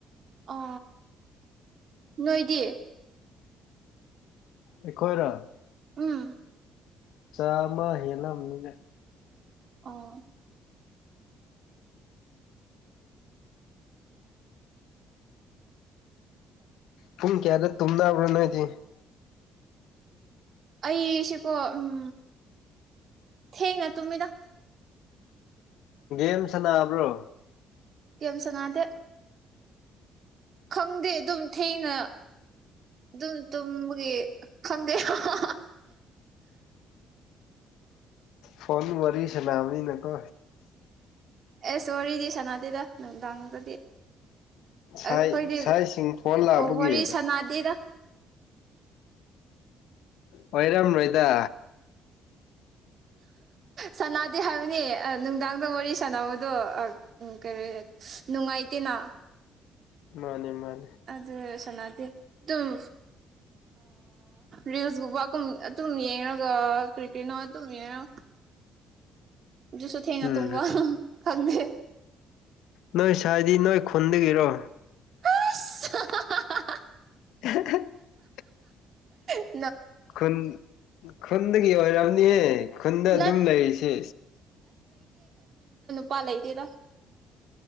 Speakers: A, on the right; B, on the left.
A: ꯑ ꯅꯣꯏꯗꯤꯌꯦ
B: ꯑꯩꯈꯣꯏꯣꯏꯔ
A: ꯎꯝ
B: ꯆꯥꯝꯃ ꯍꯦꯜꯂꯝꯕꯅꯤꯅꯦ
A: ꯑꯣ
B: ꯄꯨꯡ ꯀꯌꯥꯗ ꯇꯨꯝꯕ꯭ꯔꯣꯅꯣ ꯍꯥꯏꯗꯤ
A: ꯑꯩꯁꯤꯀꯣ ꯎꯝ ꯊꯦꯡꯉ ꯇꯨꯝꯃꯤꯗ
B: ꯦꯝꯁꯅꯕ꯭ꯔꯣ
A: ꯀꯦꯝ ꯁꯉꯗꯦ ꯈꯪꯗꯦ ꯑꯗꯨꯝ ꯊꯦꯡꯅ ꯑꯗꯨꯝ ꯇꯝꯕꯒꯤ ꯈꯪꯗꯦ ꯍꯥ ꯍꯥ
B: ꯐꯣꯟꯗꯩꯩ ꯋꯥꯔꯤꯁꯤꯅꯥꯕꯅꯤ ꯅꯀꯣ
A: ꯑꯦ ꯋꯥꯔꯤꯗꯤ ꯁꯅꯥꯗꯦꯗ ꯅꯨꯡꯗꯥꯡꯗꯗꯤ
B: ꯁꯥꯏ
A: ꯑꯩꯈꯣꯏꯗꯤ
B: ꯁꯥꯏꯁꯤꯡ ꯐꯣꯟ ꯂꯥꯛꯄꯒꯤ
A: ꯋꯥꯔꯤ ꯁꯥꯟꯅꯥꯗꯦꯗ
B: ꯑꯣꯏꯣꯏꯔꯝ ꯃꯣꯏꯗ
A: ꯁꯅꯗꯦ ꯍꯥꯏꯕꯅꯤ ꯅꯨꯡꯗꯥꯡꯗ ꯋꯥꯔꯤ ꯁꯥꯟꯅꯕꯗꯣ ꯀ ꯅꯨꯡꯉꯥꯏ ꯏꯇꯅꯥ
B: ꯃꯥꯅꯦ ꯃꯥꯅꯦ
A: ꯑꯗꯨ ꯁꯅꯥꯗꯤ ꯑꯗꯨꯝ ꯔꯤꯜꯁꯒꯨꯝꯕꯨꯝ ꯑꯗꯨꯝ ꯌꯦꯡꯉꯒ ꯀ꯭ꯔꯤꯀꯦꯠꯅ ꯑꯗꯨꯝ ꯌꯦꯡꯉꯒ ꯖꯁꯨ ꯊꯦꯡꯉ
B: ꯎꯝ
A: ꯇꯨꯝꯕ ꯈꯪꯗꯦ
B: ꯅꯣꯏ ꯁꯥꯏꯗꯤ ꯅꯣꯏ ꯈꯨꯟꯗꯒꯤꯔꯣ
A: ꯑ
B: <unintelligible>
A: ꯑ
B: ꯈꯨꯟ ꯈꯨꯟꯗꯒꯤ ꯑꯣꯏ ꯌꯥꯅꯤꯦ ꯈꯨꯟꯗ ꯑꯗꯨꯝ
A: ꯅꯠ
B: ꯂꯩꯔꯤꯁꯦ
A: ꯄꯥꯥ ꯂꯩꯗꯗ